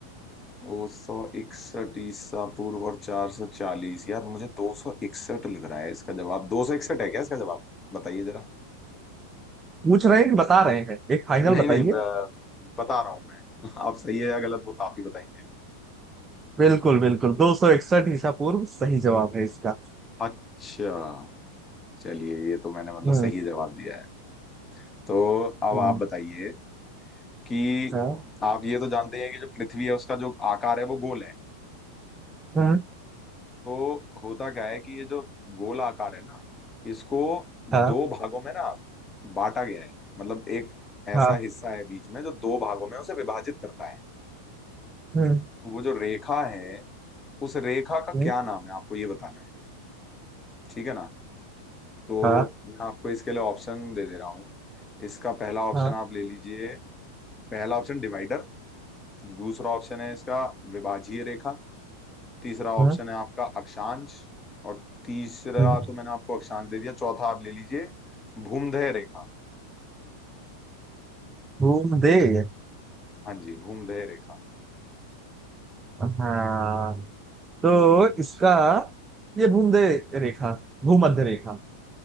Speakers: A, on the left (about 20°); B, on the right (about 15°).
A: दो सौ इकसठ ईसा पूर्व और चार सौ चालीस यार मुझे दो सौ इकसठ लग रहा है इसका जवाब दो सौ इकसठ है क्या इसका जवाब बताइए जरा
B: पूछ रहे हैं कि बता रहे हैं एक फाइनल
A: नहीं
B: बताइए
A: नहीं ब- बता रहा हूँ मैं <laughs> आप सही है या गलत वो तो आप ही बताएंगे
B: बिल्कुल बिल्कुल दो सौ इकसठ ईसा पूर्व सही जवाब है इसका
A: अच्छा चलिए ये तो मैंने मतलब
B: हम्म
A: सही जवाब दिया है तो अब
B: हम्म
A: आप बताइए कि
B: हाँ
A: आप ये तो जानते हैं कि जो पृथ्वी है उसका जो आकार है वो गोल है
B: हम्म,
A: तो होता क्या है कि ये जो गोल आकार है ना इसको
B: हाँ
A: दो भागों में ना बांटा गया है मतलब एक ऐसा
B: हाँ
A: हिस्सा है बीच में जो दो भागों में उसे विभाजित करता है
B: हम्म
A: तो वो जो रेखा है उस रेखा का
B: हम्म,
A: क्या नाम है आपको ये बताना है ठीक है ना तो
B: हाँ
A: मैं आपको इसके लिए ऑप्शन दे दे रहा हूँ इसका पहला ऑप्शन
B: हाँ
A: आप ले लीजिए पहला ऑप्शन डिवाइडर दूसरा ऑप्शन है इसका विभाजीय रेखा तीसरा ऑप्शन
B: हम्म
A: है आपका अक्षांश और तीसरा
B: हम्म,
A: तो मैंने आपको अक्षांश दे दिया चौथा आप ले लीजिए भूमध्य रेखा
B: भूमध्य
A: हाँ जी भूमध्य रेखा
B: हाँ तो इसका ये भूमध्य रेखा भूमध्य रेखा